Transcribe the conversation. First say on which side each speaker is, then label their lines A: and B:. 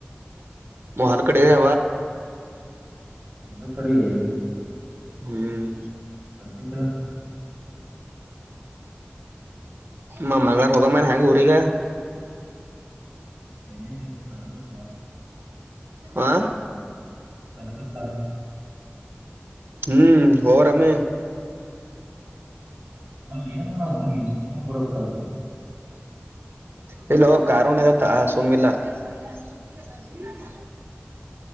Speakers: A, on the right; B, on the right.
A: ಮಹಲ್ ಕಡೆವಾ
B: ಮರ ಕಡೆಗೆ
A: ಹ್ಮ್
B: ಬರ್ತೀಂತ
A: ಮಮ್ಮಂಗಾರ ಹೋಗ ಮನ್ ಹೆ್ಯಾಂಗ ಉಊರೀಗ
B: ಎಲ್ಲಿಿ ಸ್ಥಲಗುರ್ಕಾ
A: ಆ
B: ಬರಬರ್ ಕ
A: ಹ್ಮ್ ಅವರ ಅಮೇ
B: ಅಲ್ಲಿ ಏನ್ ಮಾಡೋಡ ಹೋಗಿ ಸುಮ್ ಬರಬೇಕತ
A: ಹಲೋ ಕಾರುಣದತ್ತಾ ಸುಮಿಲ್ಲ ಹ